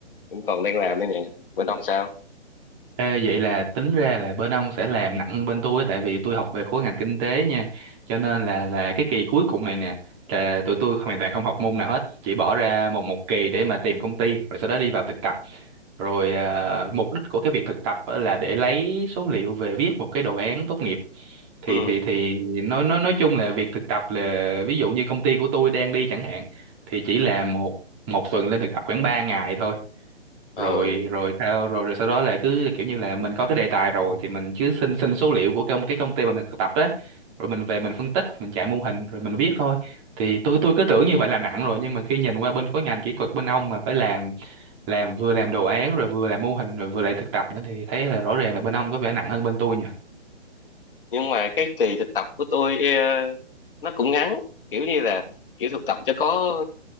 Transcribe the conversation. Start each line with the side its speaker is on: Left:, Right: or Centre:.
Left: vẫn còn đang làm đây nè. Bên ông sao?
Right: Ê, vậy là tính ra là bên ông sẽ làm nặng hơn bên tôi tại vì tôi học về khối ngành kinh tế nha cho nên là là cái kỳ cuối cùng này nè là tụi tôi hoàn toàn không học môn nào hết chỉ bỏ ra một một kỳ để mà tìm công ty rồi sau đó đi vào thực tập rồi à, mục đích của cái việc thực tập á là để lấy số liệu về viết một cái đồ án tốt nghiệp thì
Left: ừ
Right: thì thì nói nói nói chung là việc thực tập là ví dụ như công ty của tôi đang đi chẳng hạn thì chỉ là một một tuần lên thực tập khoảng 3 ngày thôi rồi
Left: ừ
Right: rồi sao rồi rồi sau đó là cứ kiểu như là mình có cái đề tài rồi thì mình cứ xin xin số liệu của công cái công ty mà mình thực tập đó rồi mình về mình phân tích mình chạy mô hình rồi mình viết thôi thì tôi tôi cứ tưởng như vậy là nặng rồi nhưng mà khi nhìn qua bên khối ngành kỹ thuật bên ông mà phải làm làm vừa làm đồ án rồi vừa làm mô hình rồi vừa lại thực tập nữa thì thấy là rõ ràng là bên ông có vẻ nặng hơn bên tôi nhỉ
Left: nhưng mà cái kỳ thực tập của tôi ờ, nó cũng ngắn kiểu như là kiểu thực tập cho có